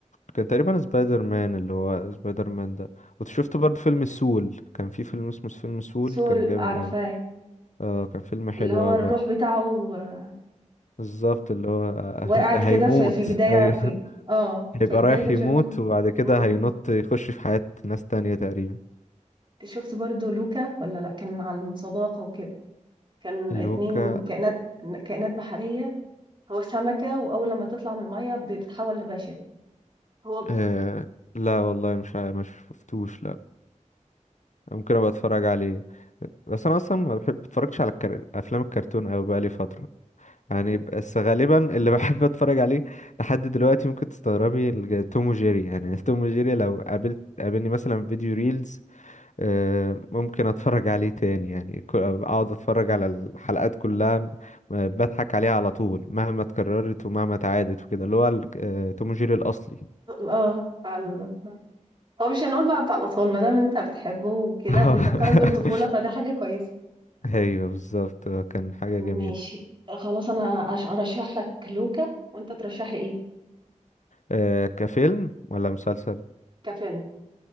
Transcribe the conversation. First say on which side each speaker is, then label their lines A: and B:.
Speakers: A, on the left (about 65°); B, on the right (about 40°).
A: كان تقريبا سبايدر مان اللي هو سبايدر مان ده وشفت برضه فيلم سول كان في فيلم اسمه فيلم سول
B: سول
A: كان جامد
B: عارفاه
A: قوي اه كان فيلم حلو
B: اللي هو
A: قوي
B: الروح
A: برضه
B: بتاعه آه،
A: بالظبط اللي هو <laughs>
B: وقعت
A: هيموت
B: كده في في البدايه
A: ايوه
B: في ال... اه
A: هيبقى
B: في بدايه
A: رايح
B: الفيلم
A: يموت وبعد كده
B: مم.
A: هينط يخش في حياة ناس تانية تقريبا
B: شفت برضو لوكا ولا لا كان عن صداقة وكده كان
A: لوكا
B: اتنين كائنات كائنات بحرية هو سمكة وأول لما تطلع من المية ب- بتتحول لبشر هو ب-
A: آه... لا والله مش ع- مش شفتوش لا ممكن ابقى اتفرج عليه بس انا اصلا ما بحب اتفرجش على الكر... افلام الكرتون او بقالي فتره يعني بس غالبا اللي <laughs> بحب اتفرج عليه لحد دلوقتي ممكن تستغربي الج- توم وجيري يعني <laughs> توم وجيري لو قابلت قابلني مثلا في فيديو ريلز آه، ممكن اتفرج عليه تاني يعني ك- اقعد اتفرج على الحلقات كلها آه، بضحك عليها على طول مهما اتكررت ومهما اتعادت وكده اللي هو ال- آه، توم جيري الاصلي
B: اه بتاع ال- هو مش هنقول بقى بتاع الأطفال ما دام انت بتحبه وكده
A: <laughs>
B: وبيذكرك بالطفولة فده حاجة كويسة
A: ايوه بالظبط آه، كان حاجة
B: ماشي
A: جميلة
B: خلاص أنا أش- أرشح لك لوكا وأنت ترشح لي إيه
A: آه، كفيلم ولا مسلسل
B: كفيلم